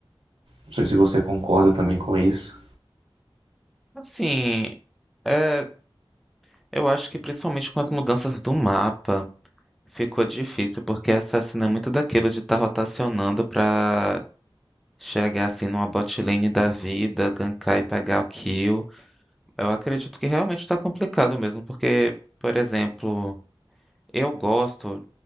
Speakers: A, on the right; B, in the centre.
A: Não sei se você concorda também com isso.
B: Assim, é, eu acho que principalmente com as mudanças do mapa ficou difícil, porque assassino é muito daquilo de estar rotacionando pra Chegar assim numa bot lane da vida, gankar e pegar o kill. Eu acredito que realmente tá complicado mesmo, porque, por exemplo, eu gosto,